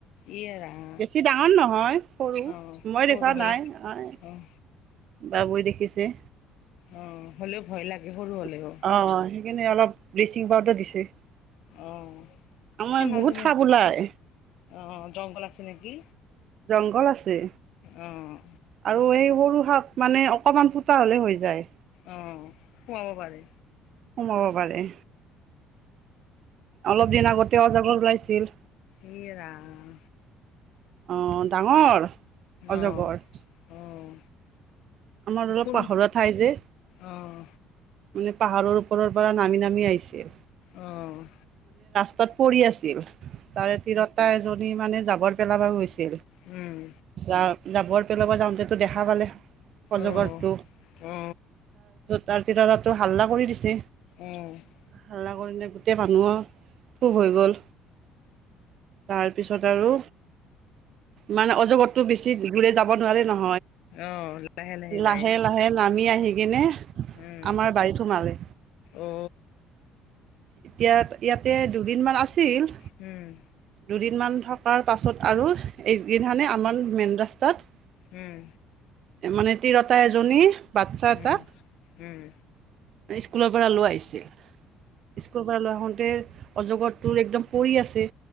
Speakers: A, on the left (about 75°); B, on the right (about 55°).
A: ই ৰাম
B: বেছি ডাঙৰ নহয় সৰু
A: অঁ
B: মই
A: সৰু
B: দেখুওৱা
A: হ'ল
B: নাই।
A: অঁ
B: বাবুৱে দেখিছে।
A: অ', হ'লেও ভয় লাগে। সৰু হ'লেও
B: অ', সেইকাৰনে অলপ বিলচ চিং পাউদাৰ দিছে।
A: অ, ' অ, '
B: আমাৰ
A: সেনাজনে
B: বহুত সাপ ওলাই
A: অ, ' জংঘল আছে নেকি।
B: জঙ্গল আছে। তে
A: অঁ
B: আৰু এই সৰু সাপ মানে অকমান ফু তা হ'লে হৈ যায়।
A: অ', খোৱাব পাৰে।
B: সোমাব। পাৰে অলপ দিন আগতে অজগৰ ওলাইছিল,
A: এই ৰাম
B: অ' ডাঙৰ অজগৰ।
A: অঁ অঁ
B: আমাৰ অলপ
A: কোন
B: পাহৰা ঠাই যে।
A: অঁ
B: মানে পাহাৰৰ ওপৰ পৰা নামি নামি আইছে।
A: অ, ' অ'।
B: তাত পৰি আছে তাৰে তিৰতা এজনী মানে যাব। পেলাব গৈছে।
A: উম
B: <unintelligible> যাবৰ পেলাবৰ যাওঁতেটো দেখা পালে। অজগৰটো
A: অ অ
B: তাৰ ল'ৰাটো হাল্লা কৰি দিছে
A: অ
B: হাল্লা। ও যে গোটেই ধানা খুব হৈ গ'ল। তাৰপিছত আৰু মানে অজগতটো বেছি দূৰে যা ক'ব নোৱাৰি নহয়
A: অহ লাহে লাহে
B: লাহে
A: যায়
B: লাহে নামি আহি কিনে
A: উম
B: আমাৰ বাৰীতো সোমালে
A: অ
B: এতিয়া ইয়াতে দুদিন মান আছিল
A: উম
B: দুদিনমান থকাৰ পাছত আৰু এইকেইখানে আমাৰ মেইন ৰাস্তাত
A: উম
B: মানে তিৰতা এজনী বাচ্ছা এটাক
A: উম উম
B: স্কুলৰ পৰা লৈ আহিছে। স্কুল পৰা লৈ‌ আহোঁতে অজগৰটোৰ একদম পৰি আছে।